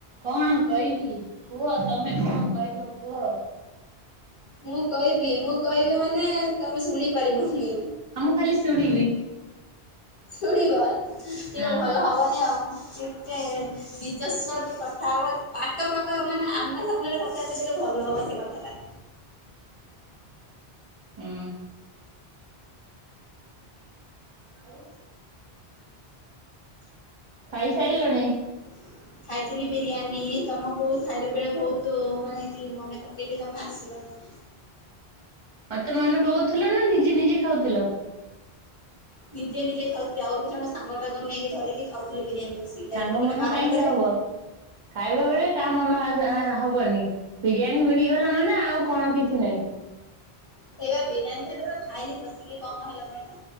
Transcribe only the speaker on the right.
କଣ କହିବି କୁହ ତମେ କଣ କହିବ କୁହ?
ହଁ ମୁଁ ଖାଲି ଶୁଣିବି।
ହଁ
ଉଁ ଆଉ ଖାଇସାଇଲଣି?
ମତେ ମନେ ପକଉଥିଲ ନା ନିଜେ ନିଜେ ଖାଉଥିଲ।
ସାଙ୍ଗ
ମନ
କାହିଁକି ହବ। ଖାଇବା ବେଳେ କାହା ମନ ହବନି ବିରିୟାନୀ ମିଳିଗଲା ମାନେ ଆଉ କଣ କିଛି ନାଇଁ।